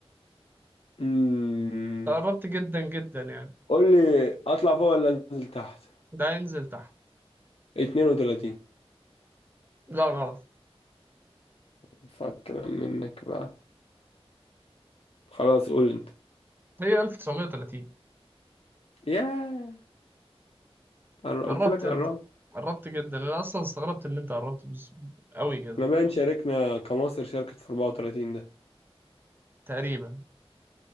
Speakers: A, on the left; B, on the right.
A: امم
B: انت قربت جدا جدا يعني
A: قول لي اطلع فوق ولا انزل تحت
B: لا ينزل تحت
A: 32
B: لا غلط
A: ينفع الكلام منك بقى خلاص قول انت
B: هي 1930
A: ياه قر- قلت
B: قربت
A: لك
B: انت
A: قرب
B: قربت جدا انا اصلا استغربت ان انت قربت بس... قوي كده
A: احنا باين شاركنا كمصر شاركت في 34 ده
B: تقريبا